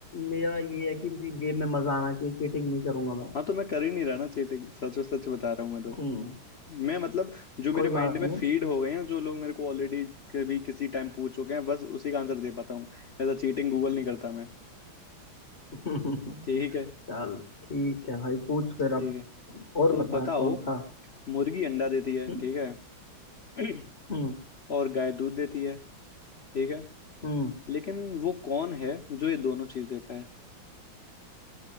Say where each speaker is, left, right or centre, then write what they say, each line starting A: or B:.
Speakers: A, on the left; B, on the left.
A: मेरा ये है कि गेम में मजा आना चाहिए चीटिंग नहीं करूंगा मैं
B: हाँ तो मैं कर ही नहीं रहा ना चीटिंग सच सच बता रहा हूँ मैं तो
A: हम्म
B: मैं मतलब जो
A: कोई
B: मेरे
A: बात
B: माइंड
A: नहीं
B: में फीड हो गए हैं जो लोग मेरे को ऑलरेडी कभी किसी टाइम पूछ चुके हैं बस उसी का आंसर दे पाता हूँ ऐसा चीटिंग गूगल नहीं करता मैं
A: <laughs> चल
B: ठीक है
A: ठीक है भाई पूछ फिर
B: ठीक
A: अब
B: है
A: और
B: तो
A: बता
B: बताओ
A: कौन सा
B: मुर्गी अंडा देती है
A: हम्म
B: ठीक है <clears throat>
A: हम्म
B: और गाय दूध देती है ठीक है
A: हम्म,
B: लेकिन वो कौन है जो ये दोनों चीज देता है